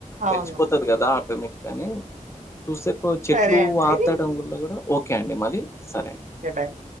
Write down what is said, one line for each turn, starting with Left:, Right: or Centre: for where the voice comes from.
Right: అవును.
Left: తెలిసిపోతది కదా ఆటోమేటిక్గా అని చూస్తేక్ చెట్లు
Right: సరే అండి.
Left: పాతడం వల్ల కూడా ఓకే అండి మరి సరే అండి
Right: స